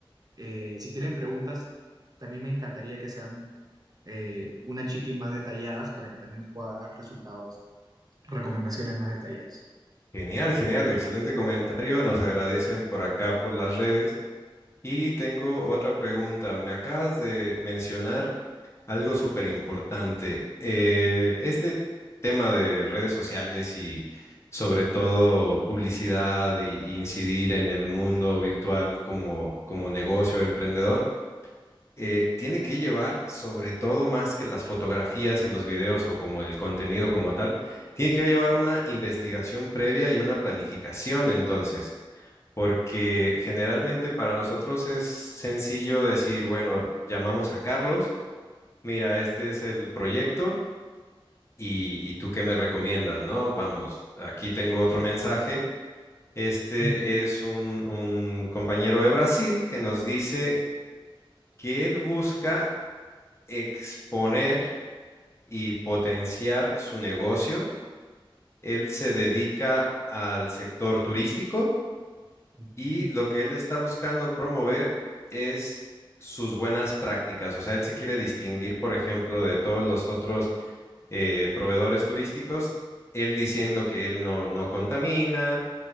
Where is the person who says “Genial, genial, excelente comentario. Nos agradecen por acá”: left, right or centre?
Left